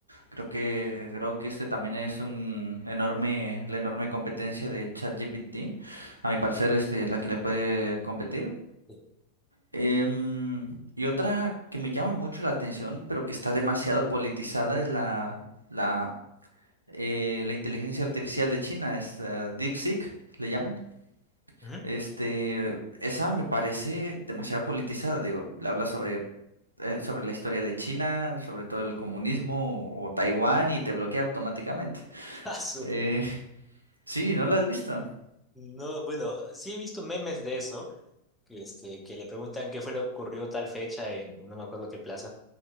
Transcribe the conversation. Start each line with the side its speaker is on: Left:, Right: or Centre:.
Right: Creo que Grok este también es un enorme, la enorme competencia de ChatGPT. A mi parecer, este es la que le puede competir.
Centre: Sí.
Right: Em, y otra que me llama mucho la atención, pero que está demasiado politizada, es la, la, eh, la inteligencia artificial de China, es eh, DeepSeek, le llaman.
Centre: Ujú.
Right: Este,
Centre: <laughs>
Right: esa me parece demasiado politizada. Digo, le habla sobre, eh, sobre la historia de China, sobre todo el comunismo o, o Taiwán y te bloquea automáticamente.
Centre: Ah, su-
Right: Eh, <laughs> sí, ¿no la has visto?
Centre: No, bueno, sí he visto memes de eso. que, este, que le preguntan qué fue lo que ocurrió tal fecha en no me acuerdo qué plaza.